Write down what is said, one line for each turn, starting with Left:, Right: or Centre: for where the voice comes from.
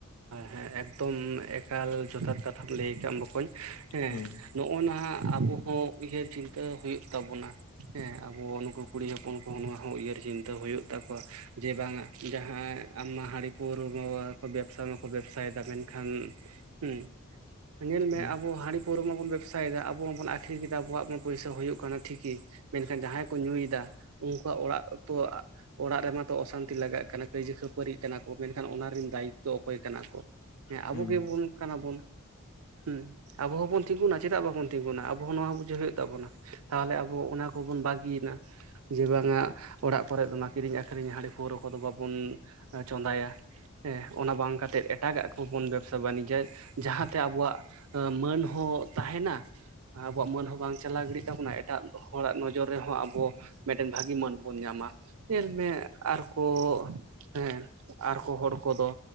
Right: ᱦᱮᱸ ᱮᱠᱫᱚᱢ ᱮᱠᱟᱞ ᱡᱚᱛᱷᱟᱛ ᱠᱟᱛᱷᱟᱢ ᱞᱟᱹᱭ ᱠᱟᱜ ᱵᱚᱠᱚᱧ ᱦᱮᱸ᱾
Left: ᱦᱩᱸ
Right: ᱱᱚᱜ-ᱱᱟ ᱟᱵᱚ ᱠᱚ ᱩᱭᱦᱟᱹᱨ ᱪᱤᱱᱛᱟᱹ ᱦᱳᱭᱳᱜ ᱛᱟᱵᱚᱱᱟ᱾ ᱦᱮᱸ ᱟᱵᱚ ᱱᱩᱠᱩ ᱠᱩᱲᱤ ᱦᱚᱯᱚᱱ ᱠᱚᱦᱚᱸ ᱱᱚᱣᱟ ᱦᱚᱸ ᱩᱭᱦᱟᱹᱨ ᱪᱤᱱᱛᱟᱹ ᱦᱳᱭᱳᱜ ᱛᱟᱠᱚᱣᱟ ᱡᱮ ᱵᱟᱝᱟ ᱡᱟᱦᱟᱸ ᱟᱢ ᱢᱟ ᱦᱟᱹᱲᱤ ᱯᱟᱹᱣᱨᱟᱹ <inaudible> ᱠᱚ ᱵᱮᱯ ᱵᱮᱵᱥᱟ ᱢᱟᱠᱚ ᱵᱮᱵᱥᱟᱭᱮᱫᱟ ᱢᱮᱱᱠᱷᱟᱱ ᱦᱩᱸ ᱧᱮᱞ ᱢᱮ
Left: ᱦᱩᱸ
Right: ᱟᱵᱚ ᱦᱟᱸᱲᱤ ᱯᱟᱹᱣᱨᱟᱹ ᱢᱟᱵᱚᱱ ᱵᱮᱵᱥᱟᱭᱮᱫᱟ ᱟᱵᱚ ᱢᱟᱵᱚᱱ ᱟᱠᱷᱨᱤᱧ ᱮᱫᱟ ᱟᱵᱚᱣᱟᱜ ᱢᱟ ᱯᱚᱭᱥᱟ ᱦᱩᱭᱩᱜ ᱠᱟᱱᱟ ᱴᱷᱤᱠᱤ ᱢᱮᱱᱠᱷᱟᱱ ᱡᱟᱦᱟᱸᱭ ᱠᱚ ᱧᱩᱭᱮᱫᱟ ᱩᱱᱠᱩᱣᱟᱜ ᱚᱲᱟᱜ ᱛᱚ, ᱚᱲᱟᱜ ᱨᱮᱢᱟ ᱛᱚ ᱚᱥᱟᱱᱛᱤ ᱞᱟᱜᱟᱜ ᱠᱟᱱᱟ ᱠᱟᱹᱭᱡᱟᱹ ᱠᱷᱟᱹᱯᱟᱹᱨᱤᱜ ᱠᱟᱱᱟ ᱢᱮᱱᱠᱷᱟᱱ ᱚᱱᱟ ᱨᱤᱱ ᱫᱟᱭᱤ ᱫᱚ ᱚᱠᱚᱭ ᱠᱟᱱᱟ ᱠᱚ ᱦᱮᱸ ᱟᱵᱚ
Left: ᱦᱩᱸ
Right: ᱜᱮᱵᱚᱱ ᱠᱟᱱᱟᱵᱚᱱ᱾ ᱦᱩᱸ ᱟᱵᱚ ᱦᱚᱸᱵᱚᱱ ᱛᱤᱸᱜᱩᱱᱟ ᱪᱮᱫᱟᱜ ᱵᱟᱵᱚᱱ ᱛᱤᱸᱜᱩᱱᱟ ᱟᱵᱚ ᱦᱚᱸ ᱱᱚᱣᱟ ᱵᱩᱡᱷᱟᱹᱣ ᱦᱳᱭᱳᱜ ᱛᱟᱵᱚᱱᱟ᱾ ᱛᱟᱦᱚᱞᱮ ᱟᱵᱚ ᱚᱱᱟ ᱠᱚᱵᱚᱱ ᱵᱟᱹᱜᱤᱭᱮᱱᱟ᱾ ᱡᱮ ᱵᱟᱝᱟ ᱚᱲᱟᱜ ᱠᱚᱨᱮᱜ ᱫᱚ ᱱᱚᱣᱟ ᱠᱤᱨᱤᱧ ᱟᱠᱷᱨᱤᱧᱟ ᱦᱟᱺᱰᱤ ᱯᱟᱹᱣᱨᱟᱹ ᱠᱚᱫᱚ ᱵᱟᱵᱚᱱ ᱪᱚᱸᱫᱟᱭᱟ᱾ ᱦᱮᱸ ᱚᱱᱟ ᱵᱟᱝ ᱠᱟᱛᱮᱫ ᱮᱴᱟᱜᱟᱜ ᱠᱚ ᱵᱚᱱ ᱵᱮᱵᱥᱟ ᱵᱟᱱᱤᱡᱟ ᱡᱟᱦᱟᱸᱛᱮ ᱟᱵᱚᱣᱟᱜ ᱟᱹ ᱢᱟᱹᱱ ᱦᱚᱸ ᱛᱟᱦᱮᱱᱟ ᱟᱵᱚᱣᱟᱜ ᱢᱟᱹᱱ ᱦᱚᱸ ᱵᱟᱝ ᱪᱟᱞᱟᱣ ᱜᱤᱲᱤᱜ ᱛᱟᱵᱚᱱᱟ ᱮᱴᱟᱜ ᱦᱚᱲᱟᱜ ᱱᱚᱡᱚᱨ ᱨᱮᱦᱚᱸ ᱟᱵᱚ ᱢᱤᱫᱴᱮᱱ ᱵᱷᱟᱹᱜᱤ ᱢᱟᱹᱱ ᱵᱚᱱ ᱧᱟᱢᱟ᱾ ᱧᱮᱞ ᱢᱮ ᱟᱨᱠᱚ ᱦᱮᱸ ᱟᱨᱠᱚ ᱦᱚᱲ ᱠᱚᱫᱚ